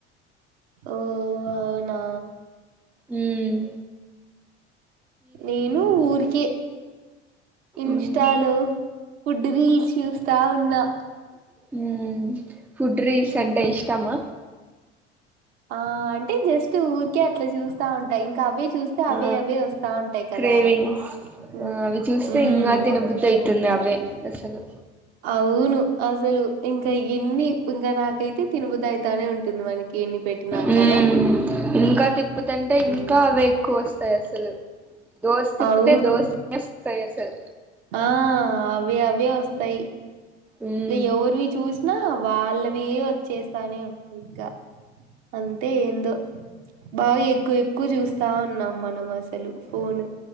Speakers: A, on the right; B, in the centre.
A: ఓ అవునా
B: హుమ్
A: నేను ఊరికే ఇన్స్టాలో
B: మ్మ్
A: ఫుడ్ రీల్స్ చూస్తా ఉన్నా
B: హు ఫుడ్రీల్ సంటే ఇష్టమ్మా
A: ఆ అంటే జస్ట్ ఊరికే అట్లా చూస్తా ఉంటా ఇంకా అవే చూస్తే అవే
B: ఆ
A: అవే వస్తా ఉంటాయి కదా
B: క్రేవింగ్స్
A: ఉమ్
B: ఆ అవి చూస్తే
A: ఉమ్.
B: ఇంకా తిన బుద్ధి ఆయాతుంది అవే ఆసలు
A: అవును అసలు ఇంకా ఏన్ని ఇంకా నాకైతే తినబుద్ధి అయితనే ఉంటుంది మనకి ఎన్ని పెట్టినా
B: ఉమ్
A: కదా
B: ఇంకా తిప్పుతంటే
A: ఉమ్,
B: ఇంకా అవే ఎక్కువ వస్తాయి అసలు దోశ తిప్పుతే
A: అవును
B: దోశ వస్తాయి అసలు
A: ఆ అవి అవే వస్తాయి
B: ఉమ్
A: లే ఎవరువి చూస్ నా వాళ్ళవి వచ్చేస్తానే ఉంటాయి ఇగా అంతే ఏందో బాగా ఎక్కువ ఎక్కువ చూస్తా ఉన్నాం మనం అసలు ఫోన్